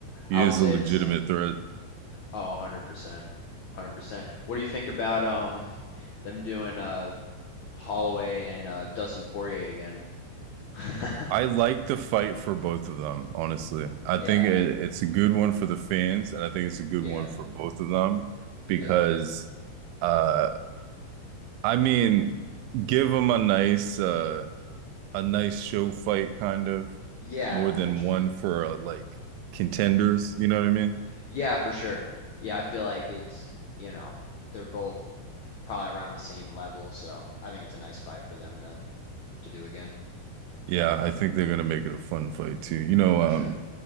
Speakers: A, on the right; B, on the left.
A: he
B: I would
A: is
B: say
A: a legitimate
B: the same.
A: threat.
B: Oh, 100%. 100%. What do you think about um them doing uh Holloway and uh Dustin Poirier again? <laughs>
A: I like the fight for both of them, honestly. I
B: Yeah,
A: think it, it's a good one for the fans, and I think it's a good
B: yeah,
A: one for both of them because,
B: yeah.
A: uh, I mean, give them a nice, uh, a nice show fight kind of
B: Yeah,
A: more than
B: I know what you
A: one
B: mean.
A: for uh, like contenders.
B: hmm
A: You know what I mean?
B: Yeah, for sure. Yeah, I feel like it's, you know, they're both probably around the same level, so I think it's a nice fight for them to to do again.
A: Yeah, I think they're gonna make it a fun fight too. You know,
B: for
A: um,
B: sure.